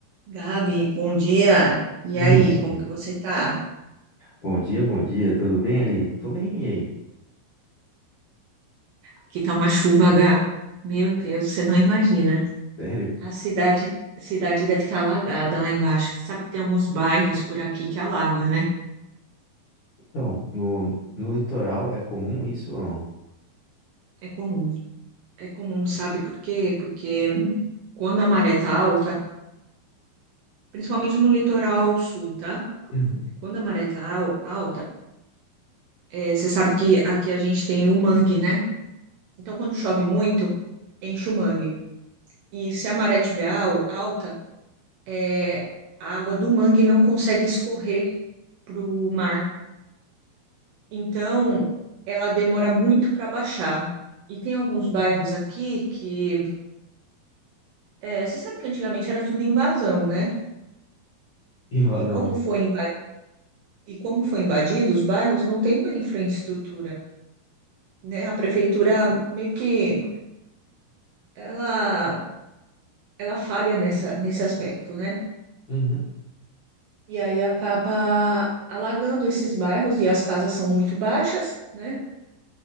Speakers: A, on the right (about 70°); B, on the left (about 60°).
A: Gabi, bom dia. E
B: Bom
A: aí, como
B: dia.
A: que você tá?
B: Bom dia, bom dia. Tudo bem, ali? Tô bem, e aí?
A: Aqui tá uma chuva, H. Meu Deus, você não imagina.
B: Sério?
A: A cidade, a cidade deve estar alagada lá embaixo. Sabe que tem alguns bairros por aqui que alaga, né?
B: Então, no, no litoral é comum isso ou não?
A: É comum. É comum, sabe por quê? Porque quando a maré tá alta, principalmente no litoral sul, tá?
B: Uhum,
A: Quando a maré tá al- alta, eh, você sabe que aqui a gente tem o mangue, né? Então, quando chove muito, enche o mangue. E se a maré tiver al- alta, é, a água do mangue não consegue escorrer para o mar. Então, ela demora muito para baixar. E tem alguns bairros aqui que. é, você sabe que antigamente era tudo invasão, né?
B: <laughs> E lá
A: E
B: não.
A: como foi invadido, e como foi invadido, os bairros não têm uma infraestrutura, né? A prefeitura meio que ela, ela falha nessa, nesse aspecto, né?
B: uhum.
A: E aí acaba alagando esses bairros e as casas são muito baixas, né?